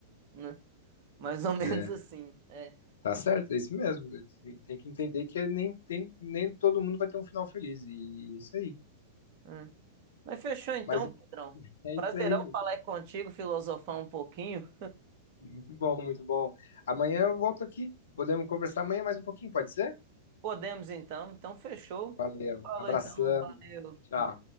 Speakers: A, on the right; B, on the left.
A: né? Mais ou <laughs> menos
B: É,
A: assim, é.
B: tá certo, é isso mesmo. Tem que entender que nem, tem, nem todo mundo vai ter um final feliz. E é isso aí.
A: É. Mas fechou então,
B: Mas
A: Pedrão.
B: é
A: Prazerão
B: isso aí.
A: falar aí contigo, filosofar um pouquinho.
B: Muito bom, muito bom. Amanhã eu volto aqui. Podemos conversar amanhã mais um pouquinho, pode ser?
A: Podemos então, então fechou.
B: Valeu.
A: Falou
B: Abração.
A: então, valeu.
B: Tchau.